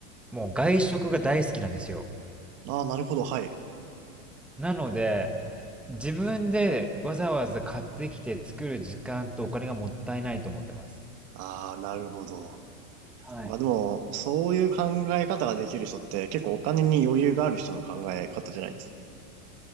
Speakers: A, in the centre; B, on the right.
A: もう外食が大好きなんですよ。
B: ああー、なるほど。はい。
A: なので、自分でわざわざ買ってきて作る時間とお金がもったいないと思ってます。
B: ああ、なるほど。
A: はい。
B: まあでも、そういう考え方ができる人って結構お金に余裕がある人の考え方じゃないです。